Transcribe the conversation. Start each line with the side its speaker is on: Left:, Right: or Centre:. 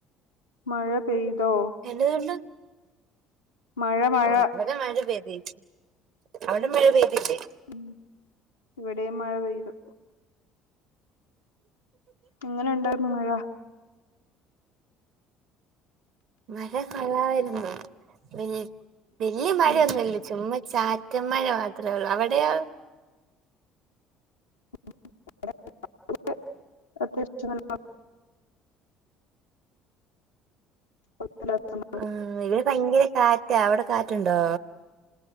Left: മഴ പെയ്തോ
Right: എന്നതുകൊണ്ട്
Left: മഴ മഴ
Right: ഓ ഇത് വരെ മഴ പെയ്തിൻ അവിടെ മഴ പെയ്തില്ലെ
Left: മ് ഇവിടേം മഴ പെയ്തു എങ്ങനെ ഇണ്ടായിര്ന്നു മഴ
Right: മഴ കൊള്ളാമായിര്ന്നു പിന്നെ വെല്യേ മഴയൊന്നുല്ല
Left: ഉം,
Right: ചുമ്മ ചാറ്റ മഴ മാത്രേ ഉള്ളൂ അവടെയോ
Left: <unintelligible> അത്യാവശ്യം നല്ല കുഴപ്പമില്ലാത്ത മഴ.
Right: ആ ഇവെടെ ഭയങ്കര കാറ്റാ അവടെ കാറ്റ്ണ്ടോ